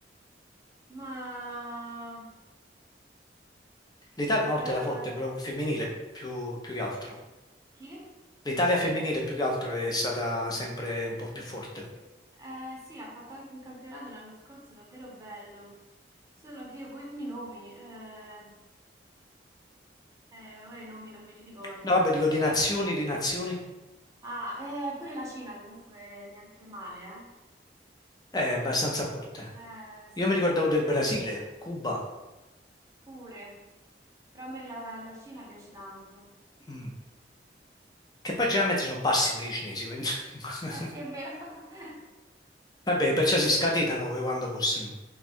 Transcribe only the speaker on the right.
Ma...
Eh,
chi?
Eh, sì, ha fatto anche un campionato l'anno scorso davvero bello, solo che io con i nomi, eh, eh, ora i nomi non me li ricordo.
Ah, eh, pure la Cina comunque niente male,
eh? Eh, sì,
pure, però a me la, la Cina piace tanto.
Eh sì, è vero. <laughs>